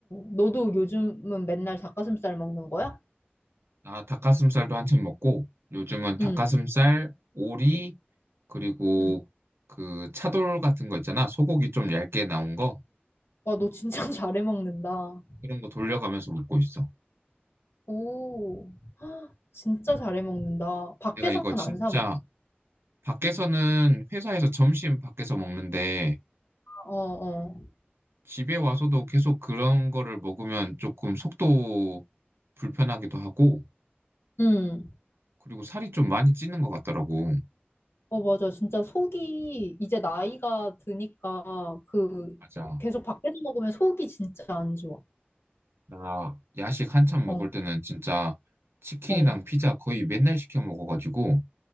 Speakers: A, on the left (about 85°); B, on the right (about 80°).
A: 너도 요즘은 맨날 닭가슴살 먹는 거야?
B: 나 닭가슴살도 한참 먹고 요즘은 닭가슴살,
A: 응,
B: 오리, 그리고
A: 응.
B: 그 차돌 같은 거 있잖아. 소고기 좀 얇게 나온 거
A: 와, 너 진짜 <laughs> 잘해 먹는다.
B: 이런 거 돌려가면서 먹고 있어.
A: 오, 헉, 진짜 잘해 먹는다. 밖에서는
B: 내가 이거 진짜
A: 안 사 먹어.
B: 밖에서는 회사에서 점심 밖에서 먹는데
A: 어, 어.
B: 집에 와서도 계속 그런 거를 먹으면 조금 속도 불편하기도 하고
A: 응.
B: 그리고 살이 좀 많이 찌는 것 같더라고.
A: 어, 맞아. 진짜 속이 이제 나이가 드니까 그
B: 맞아.
A: 계속 밖에서 먹으면 속이 진짜 안 좋아.
B: 나 야식 한참 먹을
A: 어,
B: 때는 진짜 치킨이랑
A: 어.
B: 피자 거의 맨날 시켜 먹어가지고